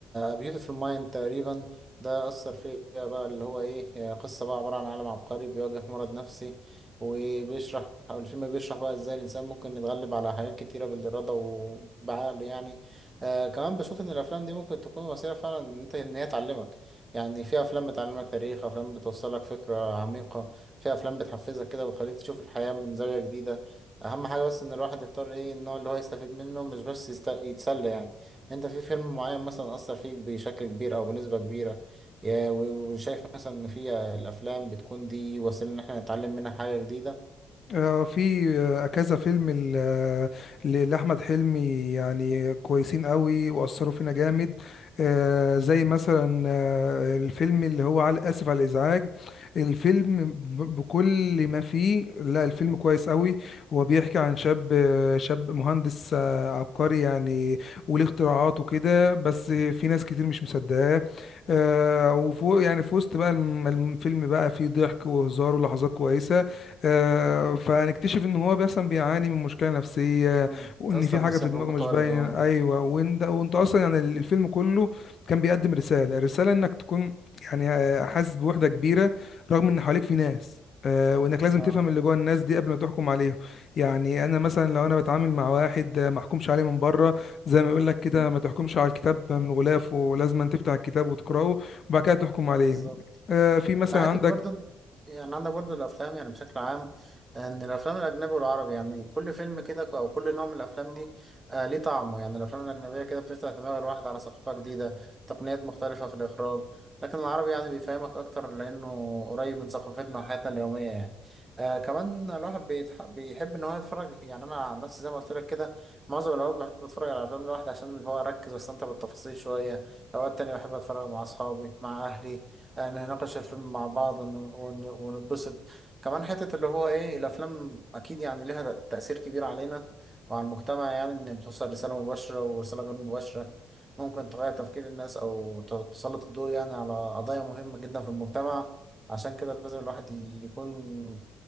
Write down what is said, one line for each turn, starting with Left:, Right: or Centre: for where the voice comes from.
Right: بيوتيفول مايند تقريبا ده اثر فيا بقى اللي هو ايه آه، قصه بقى عباره عن عالم عبقري بيواجه مرض نفسي وبيشرح أو الفيلم بيشرح بقى ازاي الانسان ممكن يتغلب على حاجات كتيره بالاراده وبعقله يعني آه كمان بشوف ان الافلام دي ممكن تكون وسيله فعلا ان انت ان هي تعلمك يعني في افلام بتعلمك تاريخ افلام بتوصلك فكره عميقه في افلام بتحفزك كده وتخليك تشوف الحياة من زاوية جديدة اهم حاجة بس ان الواحد يختار ايه النوع اللي هو يستفيد منه مش بس يست... يتسلى يعني انت في فيلم معين مثلا اثر فيك بشكل كبير او بنسبة كبيرة يا- و- وشايف مثلا ان في الافلام بتكون دي وسيلة ان احنا نتعلم منها حاجة جديدة
Left: آه، في آه، كذا فيلم ل- آه، ل- لأحمد حلمي يعني كويسين قوي وأثروا فينا جامد آه، زي مثلا آه، الفيلم اللي هو على آسف على الإزعاج الفيلم ب- بكل ما فيه لا الفيلم كويس قوي هو بيحكي عن شاب آه، شاب مهندس آه، عبقري يعني وليه اختراعات وكده بس في ناس كتير مش مصدقاه آه، وفوق يعني في وسط بقى الم- الفيلم بقى فيه ضحك وهزار ولحظات كويسة آه، فهنكتشف ان هو مثلا بيعاني من مشكله نفسيه
Right: مم.
Left: وان
Right: تأثر
Left: في حاجه
Right: نفسيا
Left: في
Right: بموت
Left: دماغه مش
Right: والده
Left: باينه
Right: اه
Left: ايوه وانت وانت اصلا
Right: مم.
Left: يعني الفيلم كله كان بيقدم رساله رساله انك تكون يعني آه، حاسس بوحده كبيره رغم ان حواليك في ناس آه، وانك لازم
Right: اه
Left: تفهم اللي جوه الناس دي قبل ما تحكم عليهم يعني انا مثلا لو انا بتعامل مع واحد آه، ما احكمش عليه من بره زي ما يقول لك كده
Right: مم.
Left: ما تحكمش على الكتاب من غلافه لازم تفتح الكتاب وتقراه وبعد كده تحكم عليه
Right: بالظبط
Left: آه، في مثلا
Right: حتى
Left: عندك
Right: برضه يعني عندك برضه الأفلام يعني بشكل عام إن الأفلام الأجنبي والعربي يعني كل فيلم كده أو كل نوع من الأفلام دي آه ليه طعمه يعني الأفلام الأجنبية كده بتفتح دماغ الواحد على ثقافة جديدة تقنيات مختلفة في الإخراج لكن العربي يعني بيفهمك أكتر لأنه قريب من ثقافتنا وحياتنا اليومية يعني آه كمان الواحد بيتح... بيحب إن هو يتفرج يعني أنا عن نفسي زي ما قلت لك كده معظم الأوقات بحب أتفرج على أفلام لوحدي عشان اللي هو أركز وأستمتع بالتفاصيل شوية أوقات تانية بحب أتفرج مع أصحابي مع أهلي يعني نناقش الفيلم مع بعض ون- ون- ونتبسط كمان حتة اللي هو ايه الافلام اكيد يعني لها تأثير كبير علينا وعلى المجتمع يعني ان بتوصل رسالة مباشرة ورسالة غير مباشرة ممكن تغير تفكير الناس او ت- تسلط الضوء يعني على قضايا مهمة جدا في المجتمع عشان كده لازم الواحد يكون